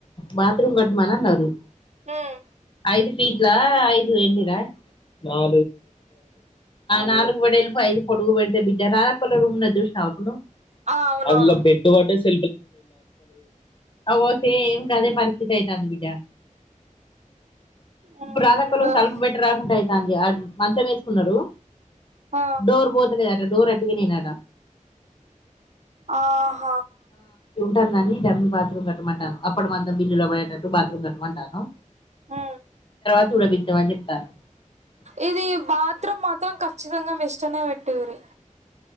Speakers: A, on the left; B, on the right.
A: బత్ రూమ్ కట్మానాన్నారు
B: ఉమ్
A: ఐదు ఫీట్లా ఐదు ఎన్ని ర ఆహ్ నాలుగు వెడల్పు ఐదు పొడుగు పెడితే బిడ్డ రాధాక్కోలా రూమ్ ఉన్నది జూశ్న అపుడు
B: ఆ అవునవును
A: అల్ల బెడ్డు వడ్డెస్ అగొ సేమ్ గదే పరిస్థితి అయితాంది బిడ్డ
B: ఉమ్
A: ఇప్పుడు రాధక్కోలక్ తలుపు బెట్ట రాకుంట అయితాంది అద్ మంచం ఎసుకున్నడు
B: ఆ
A: డోర్ బొతలేదట డోర్ అట ఇరిగిందట
B: ఆ హ
A: తందని డమ్మి బాత్రూమ్ కట్టమంటానం అప్పడ మందం బిల్లులో పోయేటట్టు బాత్రూమ్ కట్టమంటానం
B: ఆ
A: చ్ కూడా పికదామని చెప్తానం
B: ఇది బాత్రూమ్ మాత్రం ఖచ్చితంగా వెస్టన్నె పెట్టియుర్రి